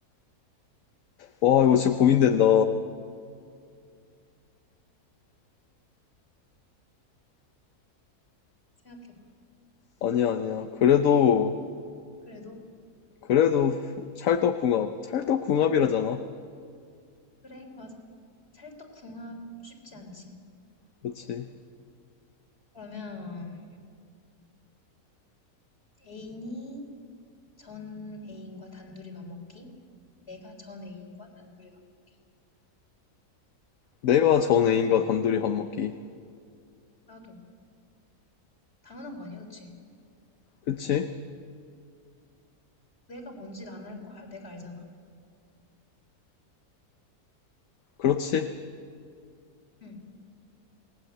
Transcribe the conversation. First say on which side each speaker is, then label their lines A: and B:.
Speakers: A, on the left; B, on the left.
A: 와, 이거 진짜 고민된다.
B: 생각해봐.
A: 아니야, 아니야. 그래도,
B: 그래도
A: 그래도 찰떡궁합. 찰떡궁합이라잖아.
B: 그래, 맞아. 찰떡궁합 쉽지 않지.
A: 그렇지.
B: 그러면 애인이 전 애인과 단둘이 밥 먹기? 내가 전 애인과 단둘이 밥 먹기.
A: 내가 전 애인과 단둘이 밥 먹기.
B: 나도 당연한 거 아니야, 그치?
A: 그치?
B: 내가 뭔지 난 알 거, 알- 내가 알잖아.
A: 그렇지.
B: 응.